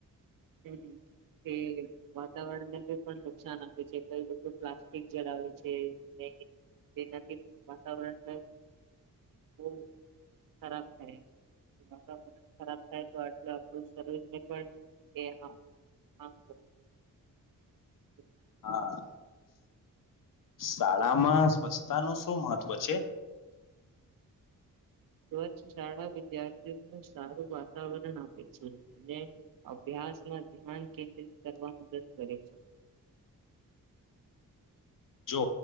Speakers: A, on the right (about 70°); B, on the left (about 65°).
A: હમ કે વાતાવરણને પણ નુકસાન આપે છે કઈ લોકો પ્લાસ્ટિક જલાવે છે ન તેનાથી વાતાવરણને બહ ખરાબ થાય વાતાવરણ ખરાબ થાય તો આટલ આપણું શરીરને પણ એ હા હા બ
B: હા સારું. આમાં સ્વચ્છતા નું શું મહત્વ છે?
A: સ્વચ્છ શાળા વિદ્યાર્થીઓનું સારું વાતાવરણ આપે છે અને અભ્યાસમાં ધ્યાન કેન્દ્રિત કરવા મદદ કરે છે.
B: જો